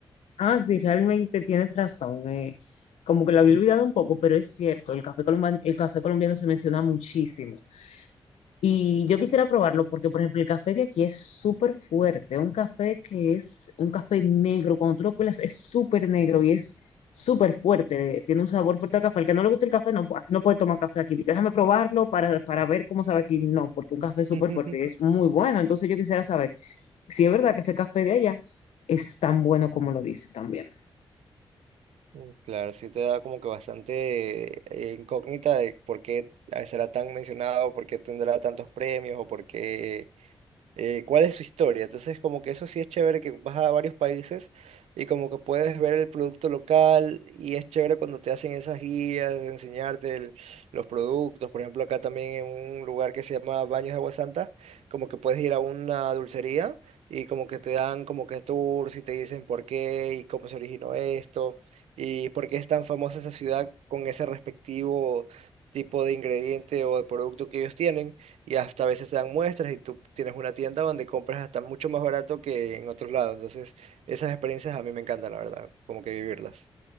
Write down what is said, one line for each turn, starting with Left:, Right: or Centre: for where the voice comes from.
Left: Ah, sí, realmente tienes razón. eh, como que lo había olvidado un poco, pero es cierto, el café colombiano, el café colombiano se menciona muchísimo. Y yo quisiera probarlo porque, por ejemplo, el café de aquí es súper fuerte. Un café que es un café negro. Cuando tú lo cuelas es súper negro y es súper fuerte. Tiene un sabor fuerte al café. Al que no le gusta el café no, pu- no puede tomar café aquí. Dice, Déjame probarlo para, para ver cómo sabe aquí. No, porque un café es súper
Right: <laughs>
Left: fuerte y es muy bueno. Entonces yo quisiera saber si es verdad que ese café de allá es tan bueno como lo dice también.
Right: Mm, Claro, sí te da como que bastante eh, incógnita de por qué eh, será tan mencionado, por qué tendrá tantos premios o por qué eh, cuál es su historia. Entonces, como que eso sí es chévere que vas a varios países y como que puedes ver el producto local y es chévere cuando te hacen esas guías de enseñarte el- los productos. Por ejemplo, acá también en un lugar que se llama Baños de Agua Santa, como que puedes ir a una dulcería y como que te dan como que tours y te dicen por qué y cómo se originó esto y por qué es tan famosa esa ciudad con ese respectivo tipo de ingrediente o de producto que ellos tienen y hasta a veces te dan muestras y tú tienes una tienda donde compras hasta mucho más barato que en otros lados. Entonces, esas experiencias a mí me encantan, la verdad, como que vivirlas.